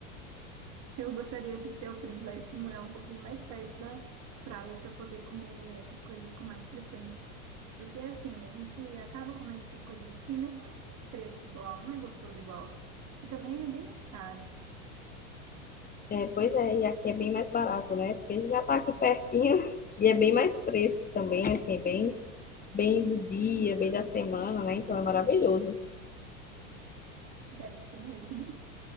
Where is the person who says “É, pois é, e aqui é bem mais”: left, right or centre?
Left